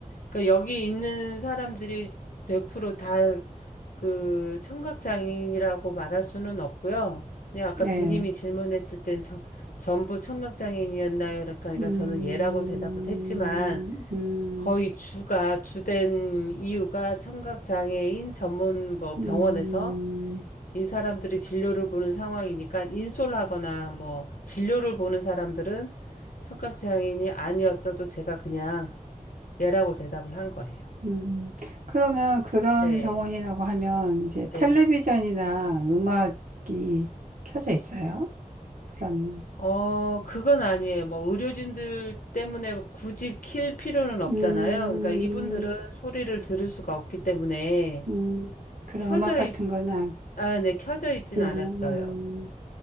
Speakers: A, on the left; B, on the right.
A: 그러니까 여기 있는 사람들이 100%다 그 청각 장애인이라고 말할 수는 없고요. 그냥 아까
B: 네.
A: 비님이 질문했을 땐 저, 전부 청각 장애인이었나요? 그러니까 그러니까
B: 음,
A: 저는 예라고 대답은 했지만
B: 음.
A: 거의 주가 주된 이유가 청각 장애인 전문 뭐
B: 음,
A: 병원에서 이 사람들이 진료를 보는 상황이니까 인솔하거나 뭐 진료를 보는 사람들은 청각 장애인이 아니었어도 제가 그냥 예라고 대답을 한 거예요.
B: 음. 그러면 그런
A: 네.
B: 병원이라고 하면 이제
A: 네.
B: 텔레비전이나 음악이 켜져 있어요? 그런,
A: 어, 그건 아니에요. 뭐, 의료진들 때문에 굳이 킬 필요는 없잖아요.
B: 음,
A: 그러니까 이분들은 소리를 들을 수가 없기 때문에
B: 음, 그런
A: 켜져
B: 음악 같은
A: 있,
B: 거는 안,
A: 아, 네, 켜져 있진
B: 켜지.
A: 않았어요.
B: 음.